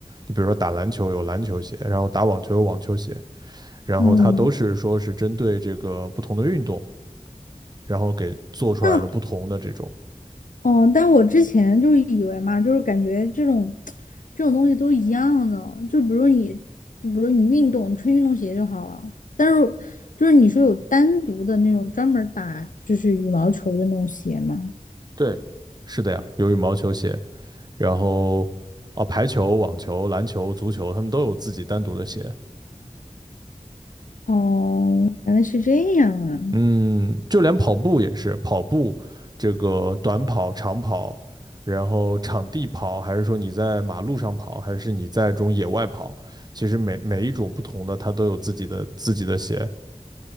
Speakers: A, on the right (about 30°); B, on the left (about 80°).
A: 你比如说打篮球有篮球鞋，然后打网球有网球鞋，然后它都是说是针对这个不同的运动，
B: 嗯，
A: 然后给做出来的不同的这种。
B: 那哦，但我之前就是以为嘛，就是感觉这种这种东西都一样的，就比如你，就比如你运动，你穿运动鞋就好了。但是就是你说有单独的那种专门儿打就是羽毛球的那种鞋吗？
A: 对，是的呀，有羽毛球鞋，然后哦，排球、网球、篮球、足球，他们都有自己单独的鞋。
B: 哦，原来是这样啊。
A: 嗯，就连跑步也是，跑步这个短跑、长跑，然后场地跑，还是说你在马路上跑，还是你在这种野外跑，其实每每一种不同的，它都有自己的自己的鞋。